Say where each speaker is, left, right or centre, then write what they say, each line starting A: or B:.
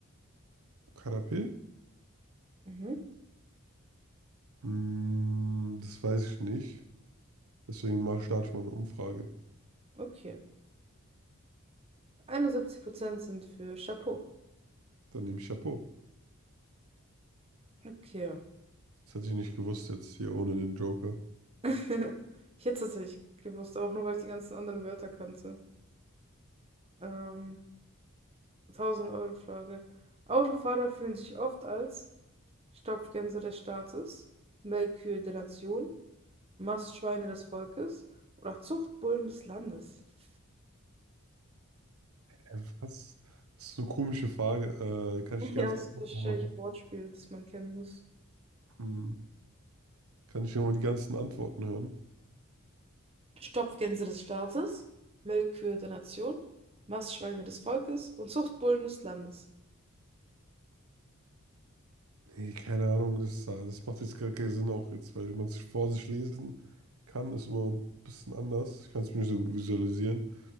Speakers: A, on the right; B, on the right.
A: Karapé?
B: Mhm,
A: Hm, das weiß ich nicht. Deswegen mal starte ich mal eine Umfrage.
B: okay. 71% sind für Chapeau.
A: Dann nehme ich Chapeau.
B: Okay.
A: Das hätte ich nicht gewusst jetzt hier ohne den Joker.
B: <laughs> Ich hätte es tatsächlich gewusst, aber auch nur, weil ich die ganzen anderen Wörter kannte. Ähm, 1000-Euro-Frage. Autofahrer fühlen sich oft als Stopfgänse des Staates, Melkkühe der Nation, Mastschweine des Volkes oder Zuchtbullen des Landes. <laughs>
A: Äh, Was? Das ist eine komische Frage. Äh, kann
B: Ja,
A: ich die ganzen
B: das
A: Antworten
B: ist wahrscheinlich
A: nochmal haben?
B: ein Wortspiel, das man kennen muss.
A: Hm. Kann ich nochmal die ganzen Antworten hören?
B: Stopfgänse des Staates, Melkkühe der Nation, Mastschweine des Volkes und Zuchtbullen des Landes.
A: Nee, keine Ahnung, das, das macht jetzt gar keinen Sinn auch jetzt, weil man es vor sich lesen kann, ist immer ein bisschen anders. Ich kann es mir nicht so gut visualisieren.